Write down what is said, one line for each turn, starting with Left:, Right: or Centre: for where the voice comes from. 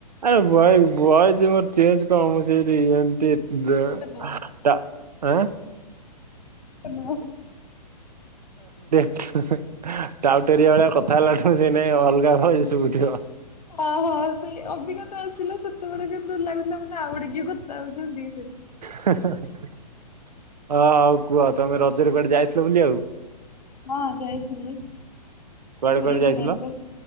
Right: ଆରେ ବଏ ବଏ ଯେ ମୋର ଚେଞ୍ଜ କଣ ମୁଁ ସେମତି ଏମତି
Left: ଜୀବନ
Right: ଦେ ଟା ଏଁ?
Left: କ <unintelligible>
Right: <unintelligible> ଟାଉ ଟରିଆ ଭଳିଆ କଥା ହେଲା ଠୁ ସେଇ ନାଇଁ ଅ ଅଲଗା ଭଏସ୍ ଶୁବୁଥିବ।
Left: ଓହୋ ସେଇ ଅବିକା ତ ଆସିଲା ସେତେବେଳେ କିନ୍ତୁ ଲାଗୁଥିଲା ମାନେ ଆଉ ଗୋଟେ କିଏ କଥା ହଉଚନ୍ତି।
Right: ହେଁ ହେଁ ହଁ ହଉ କୁହ ତମେ ରଜେରେ କୁଆଡେ ଯାଇଥିଲ ବୁଲିଆକୁ?
Left: ହଁ ଯାଇଥିଲି।
Right: କୁଆଡେ
Left: ପୁରୀ
Right: କୁଆଡେ
Left: କୋଣାର୍କ
Right: ଯାଇଥିଲ?